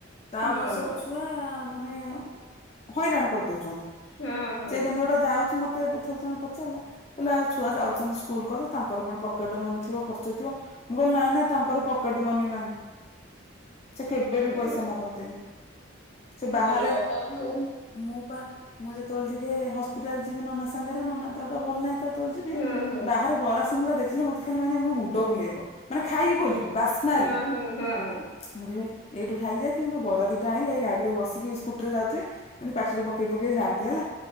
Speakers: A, on the left (about 30°); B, on the left (about 80°).
A: ତା
B: ହଁ।
A: ବୟସର ଛୁଆ ମାନେ ହଇରାଣ କରିଦୋଉଛନ୍ତି।
B: ହଁ ହଁ
A: ସେ କିନ୍ତୁ ଗୋଟେ ଯାଉଛି ମ ତ ଏବେ ଥରେ ଜଣେ ପଚାରିଲା କହିଲେ ଆଉ ଛୁଆ ଯାଉଛନ୍ତି ସ୍କୁଲ କଲେ ତାଙ୍କର କଣ ପକେଟ ମନି ଥିବ ଖର୍ଚ ଥିବ। ମୁଁ କହିଲି ନାଇଁ ନା ତାଙ୍କର ପକେଟ ମନି ନାହିଁ। ସେ କେବେ ବି
B: ହଁ
A: ପଇସା ମାଗନ୍ତିନି। ସେ ବାହାରେ
B: ଭଲ କଥା ନା ଆଉ
A: ମୁଁ ପା ମୁଁ ଯେତେବେଳେ ଟିକେ ହସ୍ପିଟାଲ ଯିବି ନନା ସାଙ୍ଗରେ ନନା ଦେଟା ଭଲ ନାହିଁ ତ ଯିବି
B: ହୁଁ ହୁଁ
A: ବାହାରେ ବରା ସିଙ୍ଗଡା ଦେଖିଲେ ମତେ ଖାଲି ମାନେ ମୋ ମୁଣ୍ଡ ବୁଲେଇବ। ମାନେ ଖାଇବି
B: ହୁଁ।
A: ବୋଲି ବାସ୍ନାରେ
B: ହଁ ହଁ ହଁ
A: ମୁଁ କହିବି ଏଇଠୁ ଖାଇକି ଯାଇଥିବୁ କି ବରା ଦିଟା ଆଣିଲେ ଗାଡି ରେ ବସିକି ସ୍କୁଟି ରେ ଯାଉଥିବେ ଏମ ପାଟିରେ ପକେଇ ପକେଇ ଯାଆନ୍ତି ହେଲା।